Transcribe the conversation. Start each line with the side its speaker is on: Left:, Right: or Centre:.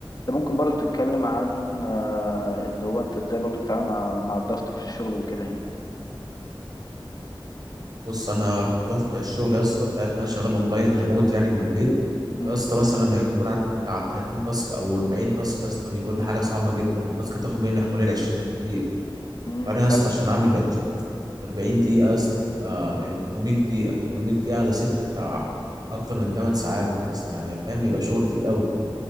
Left: انت ممكن برضو تتكلم عن آه، اللي هو انت ازاي برضو بتتعامل مع مع الضغط في الشغل وكده يعني
Right: بص انا في الضغط بتاع الشغل يا اسطى انت عارف ان انا شغال اونلاين ريموت يعني من البيت
Left: امم
Right: يا اسطى مثلا لما يكون عندي بتاع 30 تاسك او 40 تاسك يا اسطى بيكون حاجه صعبه جدا والتاسك بتاخد مني حوالي ال 20 دقيقه
Left: امم
Right: فانا
Left: فعلا
Right: يا اسطى عشان اعمل ال 20 تاسك 40 دقيقه يا اسطى بتبقى يعني 800 دقيقه 800 دقيقه على 6 بتاع اكتر من 8 ساعات يا اسطى يعني فاهم بيبقى شغل تقيل قوي